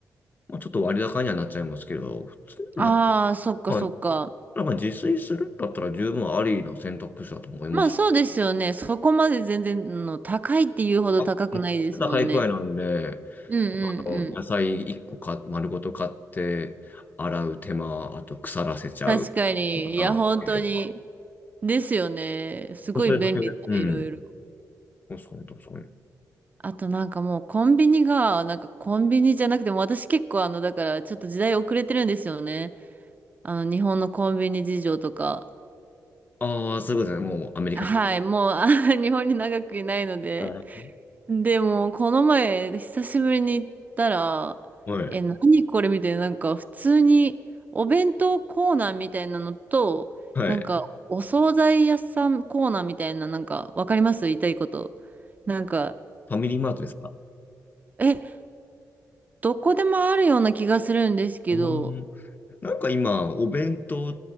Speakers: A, on the left; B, on the right.
A: まあ、ちょっと割高にはなっちゃいますけど、普通にま
B: ああ、そっかそっか。
A: あ、はいなんか自炊するんだったら十分ありの選択肢だと思います。
B: まあそうですよね。そこまで全然の高いっていうほど高くないですもんね。
A: あ、作っていくらいなんで、
B: うんうんうん。
A: あの野菜1個か丸ごと買って、洗う手間、あと腐らせちゃう
B: 確かに。
A: かなっていうのは。
B: いや、本当に。ですよね。すごい便利だ、
A: それだけ、うん。
B: いろいろ。
A: 確かに確かに。
B: あとなんかもうコンビニが、なんかコンビニじゃなくても私結構あの、だからちょっと時代遅れてるんですよね。あの、日本のコンビニ事情とか。
A: ああ、そういうことですね。もうアメリカ製。
B: はい、もうあ <laughs> 日本に長くいないので。
A: はい。
B: でも、この前、久しぶりに行ったら、
A: はい。
B: え、何これみたいな、なんか普通にお弁当コーナーみたいなのと、
A: はい。
B: なんかお惣菜屋さんコーナーみたいな、なんかわかります言いたいこと。なんか、
A: ファミリーマートですか
B: え、どこでもあるような気がするんですけど、
A: あーなんか今、お弁当、